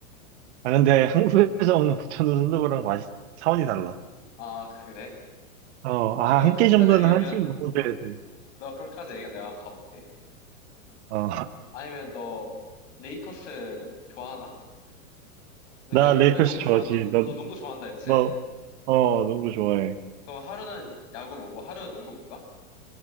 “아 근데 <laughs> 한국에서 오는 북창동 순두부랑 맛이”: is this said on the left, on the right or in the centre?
Right